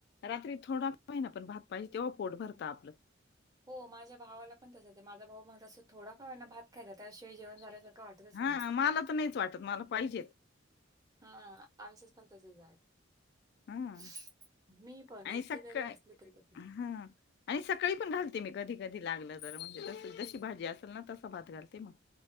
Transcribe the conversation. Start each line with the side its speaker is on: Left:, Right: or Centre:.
Left: रात्री थोडा होई ना पण भात पाहिजे तेव्हा पोट भरता आपलं.
Right: हो माझ्या भावाला पण तसंच ए माझा भाऊ मला तसं थोडा का होइना भात <unintelligible>
Left: <unintelligible>
Right: जेवण झाल्यासारखं वाटतच
Left: हा
Right: नाही.
Left: मला तर नाहीच वाटत, मला तर पाहिजेच.
Right: हा... आमच्यात पण तसंच हाय
Left: हा
Right: <unintelligible> मी पण
Left: आणि
Right: एकटे
Left: सकाळ
Right: जरी असले तरी पण
Left: हा आणि सकाळी पण घालते मी कधी कधी लागलं तर... म्हणजे जशी भाजी असेल ना तसं भात घालते मग